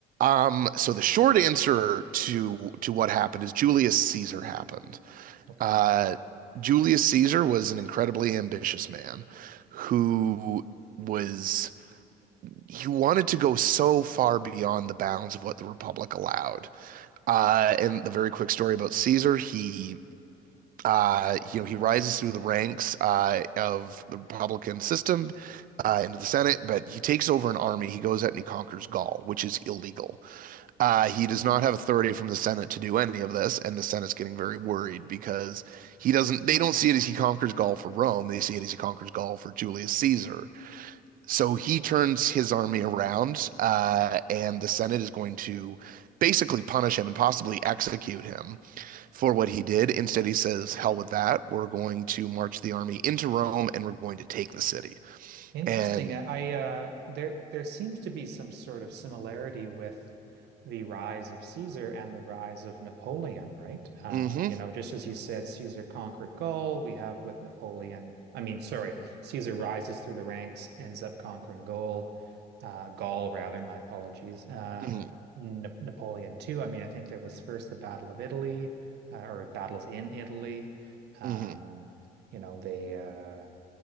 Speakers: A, on the right (about 55°); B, on the right (about 80°).
A: Um, so the short answer to to what happened is Julius Caesar happened.
B: Okay.
A: Uh, Julius Caesar was an incredibly ambitious man who was, he wanted to go so far beyond the bounds of what the Republic allowed. Uh, and the very quick story about Caesar, he uh, you know, he rises through the ranks uh, of the Republican system uh, into the Senate, but he takes over an army. He goes out and he conquers Gaul, which is illegal. Uh, he does not have authority from the Senate to do any of this, and the Senate's getting very worried because he doesn't. They don't see it as he conquers Gaul for Rome. They see it as he conquers Gaul for Julius Caesar. So he turns his army around, uh, and the Senate is going to basically punish him and possibly execute him for what he did. Instead, he says, "Hell with that. We're going to march the army into Rome and we're going to take the city."
B: Interesting.
A: And
B: I I, uh, there there seems to be some sort of similarity with the rise of Caesar and the rise of Napoleon, right? Uh,
A: hmm
B: you know, just as you said, Caesar conquered Gaul. We have with Napoleon. I mean, sorry, Caesar rises through the ranks, ends up conquering Gaul, uh, Gaul rather. My apologies. Uh,
A: hmm
B: N Napoleon too. I mean, I think there was first the Battle of Italy, uh, or battles in Italy. Um,
A: hmm
B: you know, they. Uh,